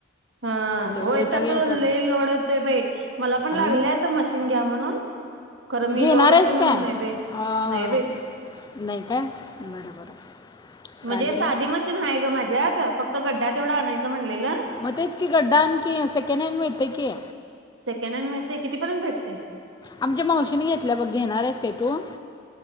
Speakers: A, on the right; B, on the left.
A: हा
B: लय
A: होय
B: वैताग
A: तसं
B: घ्यायचा बाई
A: लोड होत बाई मला पण
B: आणि
A: लागलं आता मशीन घ्या म्हणून खर मी
B: घेणार
A: लोड होतय
B: आहेस काय
A: म्हणून नाय बाई
B: अं,
A: नाय बाई...
B: नाही काय बरं बरं
A: म्हणजे
B: काय बरं
A: साधी मशीन हाय ग माज्यात फक्त गड्डा तेवढं आणायचा म्हणलेल,
B: मग तेच की गड्डा आणखी सेकंड हँड मिळतं की
A: सेकंड हॅण्ड मिळतयं, किती पर्यंत भेटतय.
B: आमच्या मावशींनी घेतलाय बघ घेणारेस का तू?